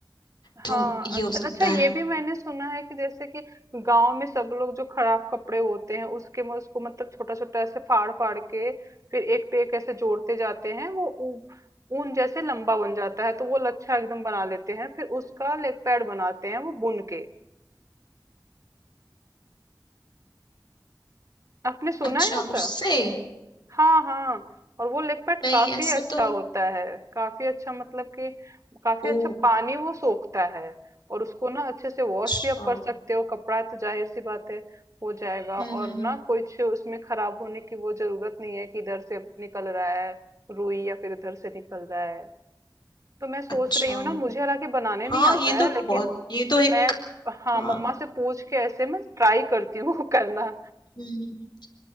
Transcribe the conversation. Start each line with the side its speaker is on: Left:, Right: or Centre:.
Right: हाँ
Left: तो ये
Right: अच्छा
Left: हो सकता
Right: अच्छा ये
Left: है
Right: भी मैंने सुना है कि जैसे कि गांव में सब लोग जो खराब कपड़े होते हैं उसके में उसको मतलब छोटा छोटा ऐसे फाड़ फाड़ के फिर एक पे एक ऐसे जोड़ते जाते हैं वो ऊ- ऊन जैसे लंबा बन जाता है तो वो लच्छा एकदम बना लेते हैं फिर उसका लेग पैड बनाते हैं वो बुन के आपने सुना
Left: अच्छा
Right: है ऐसा
Left: उससे
Right: हाँ हाँ और वो लेग पैड
Left: नहीं
Right: काफी
Left: ऐसा
Right: अच्छा
Left: तो
Right: होता है काफी अच्छा मतलब कि काफी
Left: ओ
Right: अच्छा पानी वो सोखता है और उसको ना अच्छे से वॉश
Left: अच्छा
Right: भी आप कर सकते हो कपड़ा है तो जाहिर सी बात है हो जाएगा
Left: हम्म
Right: और
Left: हम्म हम्म,
Right: ना कुछ उसमें खराब होने की वो जरूरत नहीं है कि इधर से निकल रहा है रुई या फिर इधर से निकल रहा है तो मैं सोच
Left: अच्छा
Right: रही हूँ ना मुझे हालांकि बनाने
Left: हाँ
Right: नहीं आता
Left: ये
Right: है
Left: तो
Right: लेकिन
Left: बहुत ये तो एक
Right: मैं हाँ
Left: हाँ
Right: मम्मा से पूछ के ऐसे मैं ट्राई करती हूँ <laughs> करना
Left: हम्म, हम्म।